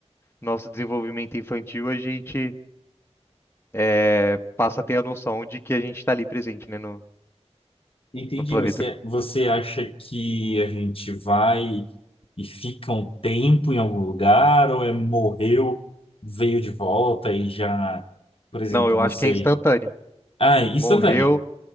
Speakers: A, on the left (about 20°); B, on the left (about 55°).
A: nosso desenvolvimento infantil. A gente eh, passa a ter a noção de que a gente está ali presente, né, no
B: Entendi,
A: no planeta
B: mas você você acha que a gente vai e fica um tempo em algum lugar, ou é morreu, veio de volta e já, por exemplo,
A: Não, eu
B: não
A: acho
B: sei.
A: que é instantâneo.
B: Ah, instantânea.
A: Morreu.